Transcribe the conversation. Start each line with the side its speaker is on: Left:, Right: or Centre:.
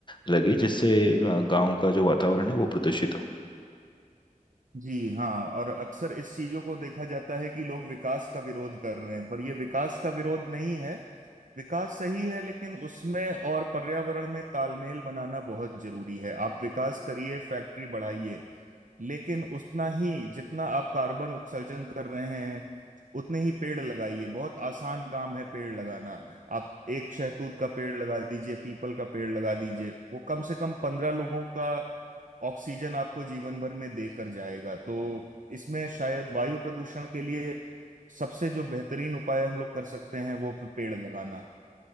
Left: लगे जिससे गांव का जो वातावरण है वो प्रदूषित हो
Right: जी हाँ और अक्सर इस चीजों को देखा जाता है कि लोग विकास का विरोध कर रहे हैं पर ये विकास का विरोध नहीं है विकास सही है लेकिन उसमें और पर्यावरण में तालमेल बनाना बहुत जरूरी है आप विकास करिए फैक्ट्री बढ़ाइए लेकिन उतना ही जितना आप कार्बन उत्सर्जन कर रहे हैं उतने ही पेड़ लगाइए बहुत आसान काम है पेड़ लगाना आप एक शहतूत का पेड़ लगा दीजिए पीपल का पेड़ लगा दीजिए वो कम से कम पंद्रह लोगों का ऑक्सीजन आपको जीवन भर में देकर जाएगा तो इसमें शायद वायु प्रदूषण के लिए सबसे जो बेहतरीन उपाय हम लोग कर सकते हैं वो पेड़ लगाना